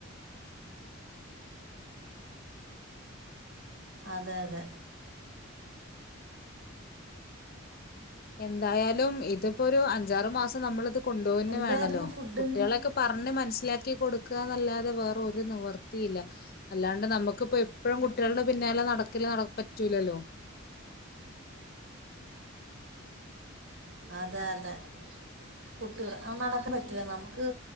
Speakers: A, on the right; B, on the left.
A: അതെ അതെ
B: എന്തായാലും ഇതിപ്പോ ഒരു അഞ്ചാറ് മാസം നമ്മളിത് കൊണ്ടോവന്നെ
A: എന്തായിരുന്നു
B: വേണല്ലോ
A: ഫുഡിന്ന്
B: കുട്ടികളെക്കെ പറഞ് മനസിലക കൊടുക്കന്നല്ലാതെ വേറൊരു നിവർത്തിയില്ല അല്ലാണ്ട് നമ്മക്കിപ്പോ എപ്പോഴും കുട്ടികളുടെ പിന്നാലെ നടക്കില്ല നട പറ്റൂലല്ലോ
A: അതെ അതെ <inaudible> കുട്ടികൾ ആ നടക്കാൻ പറ്റില്ല നമുക്ക്